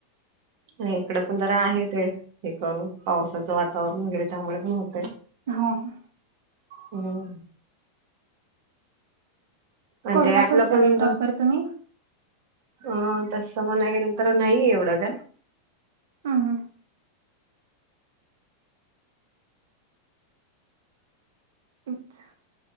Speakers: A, on the right (about 45°); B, on the right (about 80°).
A: आणि इकडे पण जरा आहे ते हे करून पावसाचं वातावरण हून गेले त्यामुळे पण होतेय
B: हो हो
A: हम्म. आणि
B: कोल्हापूरच्या
A: ते आपला पण
B: काय प्रॉपर तुम्ही
A: अ तसं म्हणाया गेल तर नाहीये एवढं काय.
B: हम्म हम्म. अच्छा